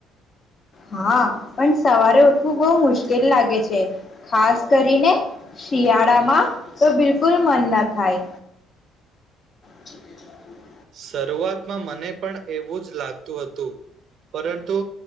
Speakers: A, on the left (about 35°); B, on the right (about 55°).
A: હા પણ સવારે ઉઠવું બહુ મુશ્કેલ લાગે છે, ખાસ કરીને શિયાળામાં તો બિલકુલ મન ના થાય. જ <unintelligible>
B: શરૂઆતમાં મને પણ એવું જ લાગતું હતું, પરંતુ